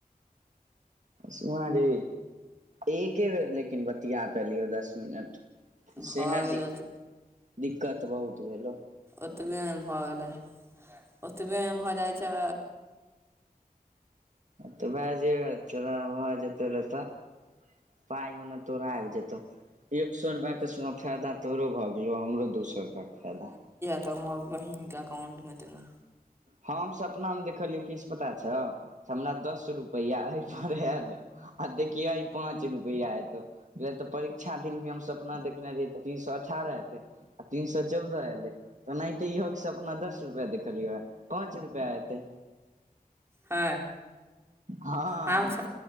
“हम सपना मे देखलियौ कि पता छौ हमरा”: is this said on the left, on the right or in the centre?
Right